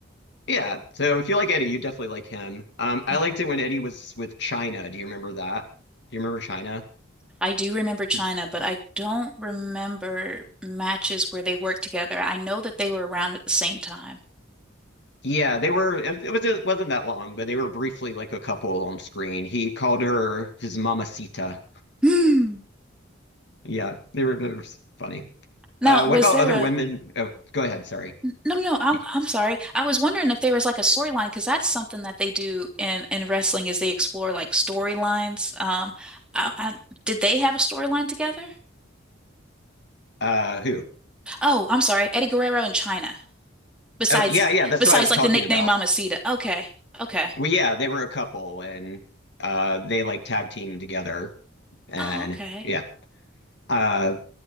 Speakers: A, on the left; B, in the centre.
A: Yeah, so if you like Eddie, you definitely like him. Um, I
B: Mm-hmm.
A: liked it when Eddie was with China. Do you remember that? Do you remember China?
B: I do remember China,
A: Just
B: but I don't remember matches where they worked together. I know that they were around at the same time.
A: yeah, they were. It, it was it wasn't that long, but they were briefly like a couple on screen. He called her his mamacita.
B: Hmm.
A: Yeah, they were, they were funny.
B: Now,
A: Uh,
B: was
A: what about
B: there
A: other
B: a
A: women? Oh, go ahead. Sorry.
B: no, no, no, I'm
A: You,
B: I'm sorry. I was wondering if there was like a storyline because that's something that they do in in wrestling is they explore like storylines. Um, I, I, did they have a storyline together?
A: uh, who?
B: Oh, I'm sorry, Eddie Guerrero and China. Besides,
A: Oh, yeah, yeah. That's
B: besides
A: what I was
B: like
A: talking
B: the nickname
A: about.
B: Mamacita. Okay, okay.
A: Well, yeah, they were a couple, and uh, they like tag team together, and
B: Oh, okay.
A: yeah. Uh,